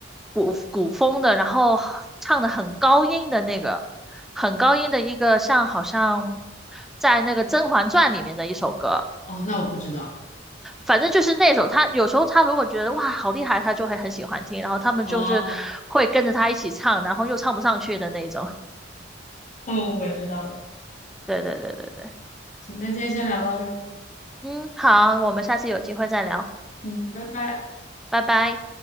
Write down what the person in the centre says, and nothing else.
古古风的，然后唱的很高音的那个，很高音的一个，像好像在那个《甄嬛传》里面的一首歌。
反正就是那种，他有时候他如果觉得哇好厉害，他就会很喜欢听，然后他们就是会跟着他一起唱，
然后又唱不上去的那种。
对对对对对，
嗯，好，我们下次有机会再聊，
拜拜。